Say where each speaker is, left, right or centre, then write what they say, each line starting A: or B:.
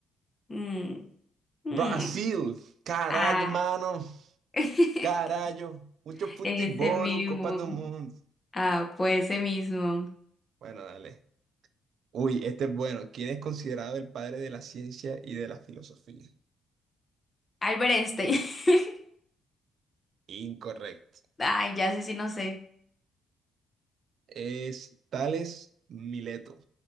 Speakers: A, on the left; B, on the right.
A: Mm, mm,
B: Brasil, caralho,
A: ah,
B: mano,
A: <laughs>
B: carallo, mucho futebol,
A: ese mismo.
B: Copa do Mundo.
A: Ah, pues ese mismo.
B: Bueno, dale. Uy, este es bueno. ¿Quién es considerado el padre de la ciencia y de la filosofía?
A: Albert Einstein. <laughs>
B: Incorrecto.
A: Ay, ya sé si no sé.
B: es Tales Mileto.